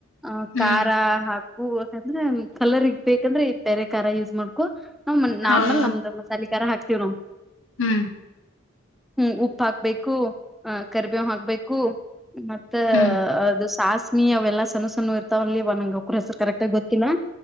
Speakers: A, in the centre; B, on the left.
A: ಆ
B: ಹ್ಮ್
A: ಖಾರ ಹಾಕು ಯಾಕಂದ್ರೆ ಕಲರ್ ಇಗ್ಬೇಕಂದ್ರೆ ತೆರೆಖಾರ ಯೂಸ್ ಮಾಡಬೇಕ ನಾರ್ಮಲ್
B: ಹೌದು
A: ನಮ್ದ ಮಸಾಲೆ ರ ಆಗ್ತಿವಿ ನಾವು
B: ಹ್ಮ್
A: ಹ್ಮ ಉಪ್ಪ ಹಾ ಬೆಕ್ಕು ಕರಿಬೇವ ಹಾಕ್ಬೇಕು ಮತ್ತ
B: ಹ್ಮ್ ಹ್ಮ್
A: ಅದು ಸಾಸ ನೀ ಅವೆಲ್ಲ ಸ್ಣ ಸ್ಣ ಲ್ಲಿ ಒಂಗಕರಸ ಕರೆಕ್ಟ್ ಆಗ ಗೊತ್ತಿಲ್ಲ